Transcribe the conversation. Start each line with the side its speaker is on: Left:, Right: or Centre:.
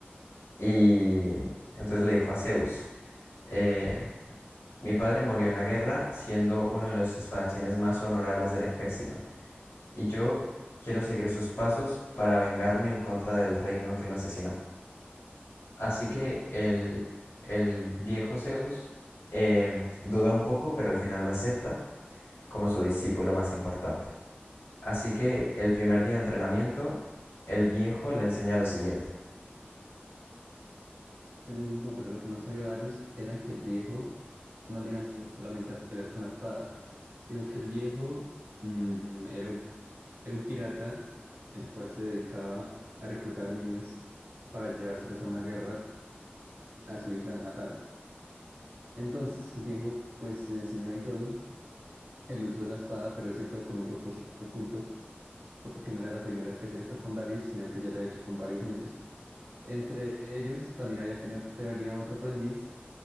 Left: Y entonces le dijo a Zeus, eh, mi padre murió en la guerra siendo uno de los espadachines más honorables del ejército. y yo quiero seguir sus pasos para vengarme en contra del reino que lo asesinó. Así que el, el viejo Zeus em, duda un poco, pero al final lo acepta como su discípulo más importante. Así que el primer día de entrenamiento, el viejo le enseña lo siguiente.
Right: Eh, No, pero lo que no sabía Darius era que el viejo no le iba a enseñar solamente a pelear con la espada, sino que el viejo mm, era un, era un pirata el cual se dedicaba a reclutar niños para llevárselos a una guerra a su isla natal. Entonces, el viejo pues le enseñó y todo el uso de la espada, pero siempre con un propósito oculto porque no era la primera vez que hacía esto con Darius, sino que ya lo había hecho con varios niños. Entre ellos también había tenido, tenía otro aprendiz